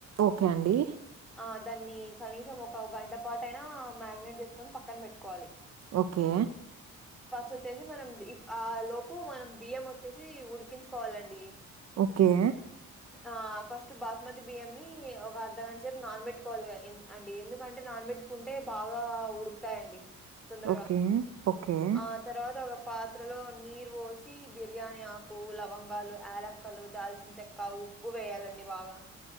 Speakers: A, on the right; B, in the centre.
A: ఓకే అండి
B: ఆ దాన్ని కనీసం ఒక గంటపాటయినా మాగ్నెట్ చేసుకొని పక్కన పెట్టుకోవాలి
A: ఓకే
B: ఫస్ట్ వచ్చేసి మనం ఆ లోపు మనం బియ్యం వచ్చేసి ఉడికించుకోవాలండి
A: ఓకే
B: ఆ ఫస్ట్ బాస్ బాస్మతి బియ్యం ని ఒక అర్ధగంట సేపు నాన్బెట్టుకోవాలి అండి ఎందుకంటే నానబెట్టుకుంటే బాగా ఉడుక్ తాయండి తొందరగా
A: ఓకే. ఓకే.
B: ఆ తర్వాత ఒక పాత్రలో నీరు పోసి బిర్యానీ ఆకు లవంగాలు యాలక్ క్కలు దాల్చిన చెక్క ఉప్పు వేయాలండి బాగా